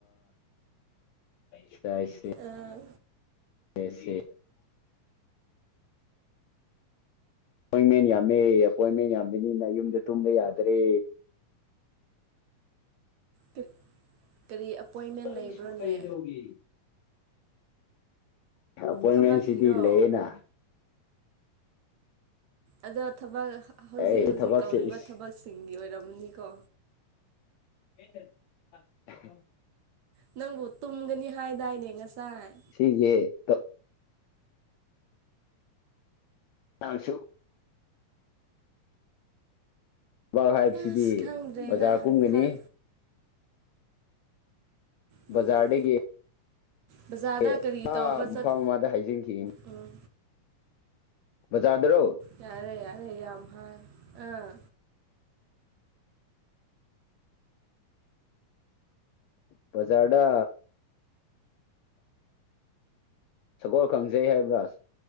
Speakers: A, on the left; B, on the right.
A: ꯑꯩꯁ ꯑꯩꯁꯦ
B: ꯑꯥ
A: ꯀꯁ ꯑꯦꯄꯣꯏꯟꯃꯦꯟ ꯌꯥꯝꯃꯦ ꯑꯦꯄꯣꯏꯟꯃꯦꯟ ꯌꯥꯝꯕꯅꯤꯅ ꯌꯨꯝꯗ ꯇꯨꯝꯕ ꯌꯥꯗ꯭ꯔꯦ
B: ꯀ ꯀꯔꯤ ꯑꯄꯣꯏꯟꯃꯦꯟ
A: ꯑꯩꯁꯨ
B: ꯂꯩꯕ꯭ꯔꯣꯅꯦ
A: ꯀꯩꯗꯧꯒꯦ ꯑꯦꯄꯣꯏꯟꯃꯦꯟꯁꯤꯗꯤ
B: ꯊꯕꯛꯀꯤꯔꯣ
A: ꯂꯩꯌꯦꯅ
B: ꯑꯗꯣ ꯊꯕꯛ ꯍꯧꯖꯤꯛ
A: ꯑꯩ
B: ꯍꯧꯖꯤꯛ
A: ꯊꯕꯛꯁꯦ
B: ꯇꯧꯔꯤꯕ
A: ꯏꯁ
B: ꯊꯕꯛꯁꯤꯡꯒꯤ ꯑꯣꯏꯔꯝꯅꯤ ꯀꯣ
A: <unintelligible>
B: ꯅꯪꯕꯨ ꯇꯨꯝꯒꯅꯤ ꯍꯥꯏꯗꯥꯏꯅꯦ ꯉꯁꯥꯏ
A: ꯍꯤꯒꯦ ꯇ ꯇꯥꯡꯁꯨ ꯕꯥꯛ ꯍꯥꯏꯕꯁꯤꯗꯤ
B: ꯑꯁ ꯈꯪꯗ꯭ꯔꯦꯗ
A: ꯕꯖꯥꯔ ꯀꯨꯝꯒꯅꯤ
B: ꯊꯜ ꯎꯝ
A: ꯖꯥꯔꯦꯒꯦ
B: ꯕꯖꯥꯔꯗ
A: ꯑꯦ
B: ꯀꯔꯤ
A: ꯍꯥꯥ
B: ꯇꯧꯕ
A: ꯃꯐꯥ
B: ꯆꯠ
A: ꯃꯃꯗ ꯍꯥꯏꯖꯤꯡꯈꯤ
B: ꯎꯝ
A: ꯆꯥꯥꯗ꯭ꯔꯣ
B: ꯌꯥꯔꯦ ꯌꯥꯔꯦ ꯌꯥꯝꯐꯥꯏ ꯑꯥ
A: ꯄꯖꯥꯗꯥ ꯁꯒꯣꯜ ꯈꯪꯖꯩ ꯍꯥꯏꯕ꯭ꯔꯥꯖ